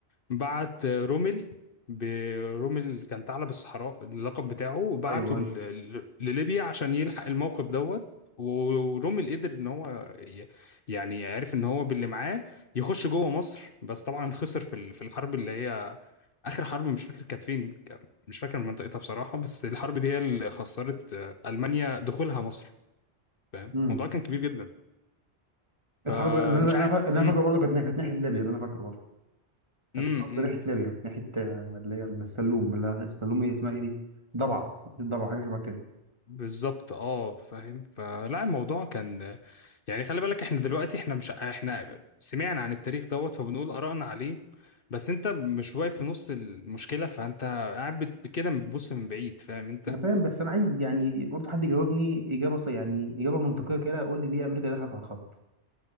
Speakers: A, on the left (about 55°); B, on the right (about 25°).
A: بعت رومل برومل كان ثعلب الصحراء اللقب بتاعه بعته
B: ايوه ايوه
A: ل- ل- لليبيا عشان يلحق الموقف دوت ورومل قدر ان هو ي- يعني عرف ان هو باللي معاه يخش جوه مصر بس طبعا خسر في ال- في الحرب اللي هي اخر حرب مش فاكر كانت فين مش فاكر منطقتها بصراحة بس الحرب دي هي اللي خسرت آه، المانيا دخولها مصر فاهم
B: امم
A: الموضوع كان كبير جدا فمش
B: الحرب اللي انا انا
A: عارف
B: فا- اللي
A: امم
B: أنا فاكره برضه كانت كانت ناحيه ليبيا اللي انا فاكره برضه كانت
A: امم،
B: برضه
A: امم.
B: ناحيه ليبيا ناحيه آه، اللي هي السلوم اللي هي- السلوم ايه اسمها ايه دي ضبعه ناحية ضبعه حاجه شبه كده
A: بالظبط اه فاهم فلا الموضوع كان يعني خلي بالك احنا دلوقتي احنا مش احنا سمعنا عن التاريخ دوت فبنقول آرائنا عليه بس انت مش واقف في نص المشكلة فانت قاعد بت- كده بتبص من بعيد فاهم انت
B: انا فاهم بس انا عايز يعني برضه حد يجاوبني اجابه ص- يعني اجابه منطقيه كده يقول لي ليه امريكا دخلت على الخط